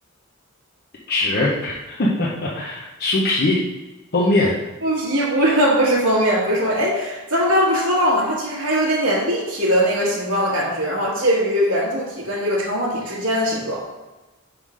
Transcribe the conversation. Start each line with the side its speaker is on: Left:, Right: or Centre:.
Left: 纸，<laughs> 书皮、封面，
Right: 书皮不是不是封面，不是封面。哎，咱们刚刚不说到了吗？它其实还有一点点立体的那个形状的感觉，然后介于圆柱体跟这个长方体之间的形状，